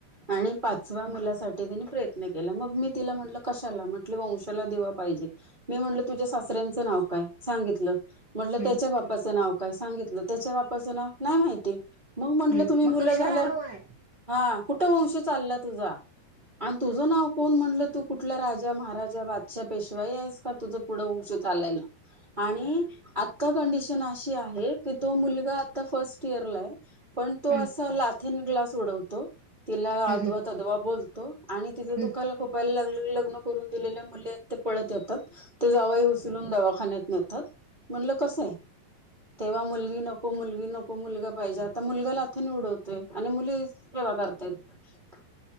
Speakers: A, on the right; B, on the right.
A: आणि पाचव्या मुलासाठी नी प्रयत्न केला मग मी तिला म्हलं कशाला म्हटले वंशाला दिवा पाहिजे मी म्हटलं तुझ्या सासऱ्यांचं नाव काय सांगितलं म्हटलं
B: हम्म
A: त्याच्या बाप्पाचं नाव काय सांगितलं त्याच्या वापरचं नाव नाही माहिती मग म्हंटलं
B: हम्म
A: तुम्ही
B: मग
A: मुलं
B: कशाला
A: झाल्यावर
B: हवंय
A: हा कुठे वंश चालला तुझा तुझं नाव कोण म्हणलं तू कुठल्या राजा महाराजा बादशा पेशवाई आहेस का तुझं पुढं वंश चाललाय ना आणि आता कंडिशन अशी आहे की तो मुलगा आता फर्स्ट इयरला आहे पण तो
B: हम्म
A: असा लाथिन ग्लास सोडवतो तिला
B: हम्म
A: अद्वा तद्वा बोलत तो आणि तिचं
B: हम्म
A: दुखाला खोपायला लागलं लग्न करून दिलेल्या मुले आहेत ते पळत येतात ते जावही उचलून दवाखान्यात नेतात म्हणलं कसं आहे तेव्हा मुलगी नको मुलगी नको मुलगा पाहिजे आता मुलगा ला आथ निवडवत आणि मुली सेवा करत तत